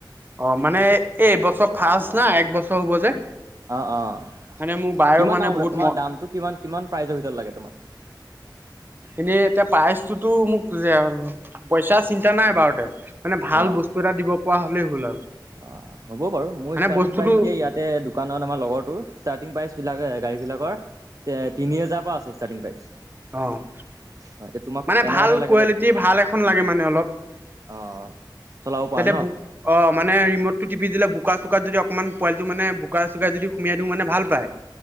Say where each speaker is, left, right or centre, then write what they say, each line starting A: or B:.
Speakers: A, on the right (about 25°); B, on the right (about 45°).
A: অ মানে এইবছৰ ফাৰ্ষ্ট না এক বছৰ হব যে
B: অ', অ',
A: মানে মোৰ বায়েও
B: কিমান
A: মানে
B: দামৰ
A: বহুত
B: তোমাৰ
A: ম
B: দামটো কিমান কিমান প্ৰাইজৰ ভিতৰত লাগে তোমাক?
A: এনেই এতিয়া প্ৰাইচটোতো মোক পইচা চি এয়া নাই বাৰু দে মানে ভাল
B: অ
A: বস্তু এটা দিব পৰা হলেই হ'ল আৰু।
B: অ', হ'ব বাৰু মোৰ
A: মানে
B: ষ্টাৰ্টিং
A: বস্তুটো
B: প্ৰাইচ এতিয়া ইয়াতে দোকানত আমাৰ লগৰ তৰ ষ্টাৰ্টিং প্ৰাইচ বিলাক গাড়ী বিলাক বিলাক তিনি হাজাৰ পৰা আছে ষ্টাৰ্টিং প্ৰাইচ
A: অ',
B: অ এতিয়া তোমাক
A: মানে
B: কেনেকাকে
A: ভাল
B: লাগে
A: কোৱালিটি
B: বা এতিয়া
A: ভাল এখন লাগে মানে অলপ অ
B: অ চলাব পাৰা
A: তেতিয়া
B: ন
A: অ মানে ৰিমটতটো টিপ দিলে বোকা চোকাত যদি অকণমান পোৱালিটো মানে বোকা চোকাই যদি সোমাই দিও মানে ভাল পায়